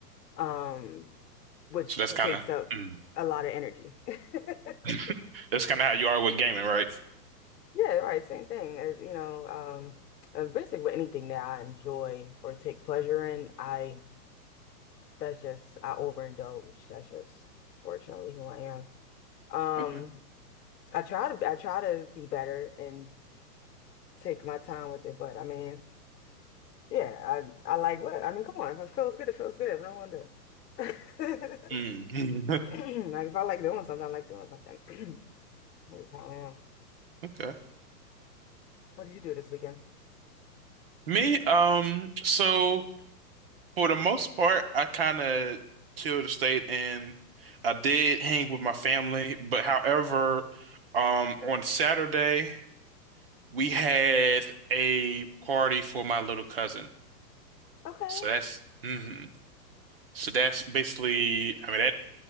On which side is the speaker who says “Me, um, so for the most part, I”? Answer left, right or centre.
Right